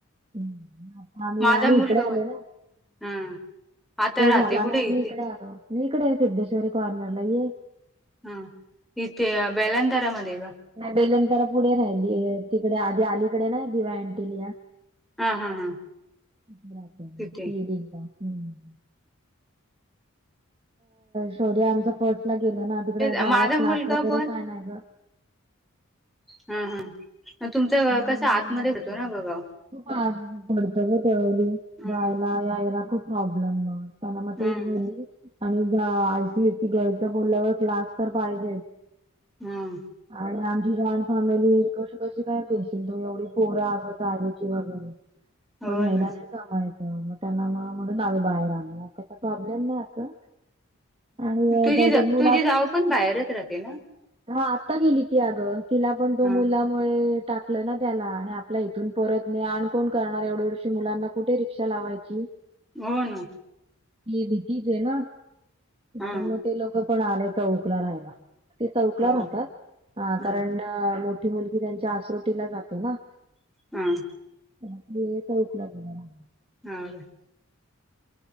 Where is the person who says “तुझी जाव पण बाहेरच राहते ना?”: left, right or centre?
Centre